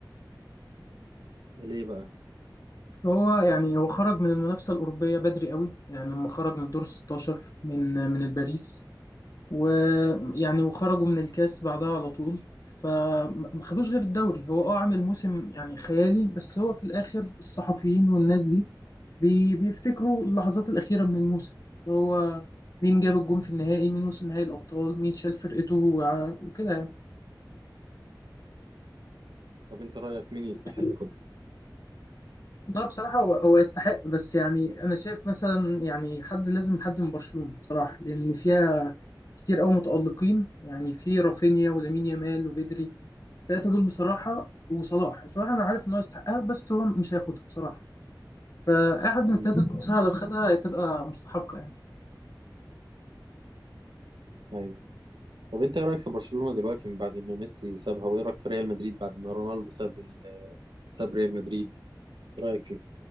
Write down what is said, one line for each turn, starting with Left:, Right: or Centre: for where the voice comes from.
Right: ليه بقى؟
Left: هو يعني هو خرج من المنافسة الأوروبية بدري قوي يعني لما خرج من الدور 16 من من الباريس ويعني وخرجوا من الكاس بعدها على طول فما خدوش غير الدوري هو اه عامل موسم يعني خيالي بس هو في الاخر الصحفيين والناس دي بي بيفتكروا اللحظات الاخيره من الموسم اللي هو مين جاب الجون في النهائي مين وصل نهائي الابطال مين شال فرقته وع- وكده
Right: طب أنت رأيك مين يستحق
Left: يعني.
Right: ياخدها؟
Left: لا بصراحة هو هو يستحق بس يعني أنا شايف مثلا يعني حد لازم حد من برشلونة بصراحة لأن فيها كتير أوي متألقين يعني في رافينيا ولامين يامال وبدري التلاتة دول بصراحة وصلاح صلاح أنا عارف إن هو يستحقها بس هو مش هياخدها بصراحة فأي حد من
Right: مم.
Left: التلاتة دول بصراحة
Right: مم.
Left: لو خدها هتبقى مستحقة يعني
Right: أيوه طب انت ايه رايك في برشلونه دلوقتي من بعد ما ميسي سابها وايه رايك في ريال مدريد بعد ما رونالدو ساب ال- ساب ريال مدريد ايه رايك فيه